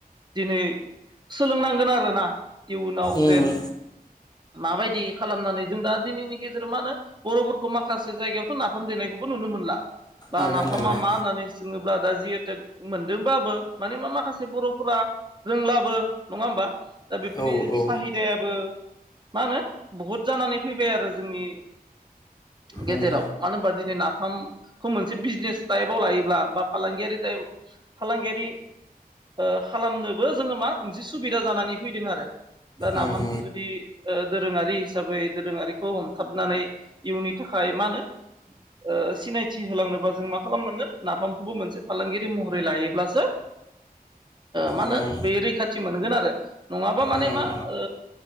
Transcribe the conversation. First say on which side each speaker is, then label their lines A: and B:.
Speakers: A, on the right (about 30°); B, on the left (about 25°).
A: दिनै सोलोंनांगोन आरोना इयुनाव
B: उम
A: जेन माबायदि खालामनानै जों दा दिनैनि गेजेराव मा होनो बर'फोरखौ माखासे जायगायाव नाफाम देनायखौबो नुनो मोनला बा
B: नुनो
A: नाफामा
B: मोनदों
A: मा होननानै सोङोब्ला दा जिहेथु मोनदोंबाबो माने मा माखासे बर'फोरा रोंलाबो नङा होमबा? दा बेफोरनि
B: औ औ
A: साहिदायाबो मा होनो बहुद जानानै फैबाय आरो जोंनि गेजेराव
B: उम
A: मानो होनबा दिनै नाफाम खौ मोनसे बिजनेस टाइपआव लायोब्ला बा फालांगियारि टाइप फालांगियारि ओ खालामनोबो जोङो मा मोनसे सुबिदा जानानै फैदों आरो। बा नाफामखौ
B: उम
A: जुदि दोरोङारि हिसाबै दोरोङारिखौ हमथाबनानै इयुननि थाखाय मा होनो ओ सिनायथि होलांनोबा जों मा खालामनांगोन नाफामखौबो मोनसे फालांगियारि महरै लायोब्लासो मा होनो
B: उम
A: बे रैखाथि मोनगोन आरो। नङाबा माने
B: उम
A: मा ओ